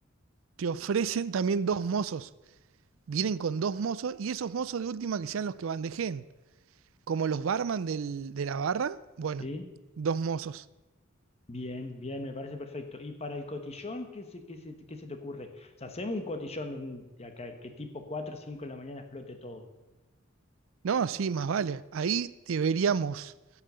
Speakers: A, on the right; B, on the left.
A: te ofrecen también dos mozos. Vienen con dos mozos y esos mozos de última que sean los que bandejeen. Como los barman del- de la barra, bueno,
B: sí.
A: dos mozos.
B: Bien, bien, me parece perfecto. ¿Y para el cotillón, qué se, qué se, qué se te ocurre? O sea, hacemos un cotillón un- de acá, que tipo Cuatro o cinco de la mañana explote todo.
A: No, sí, más vale. Ahí deberíamos,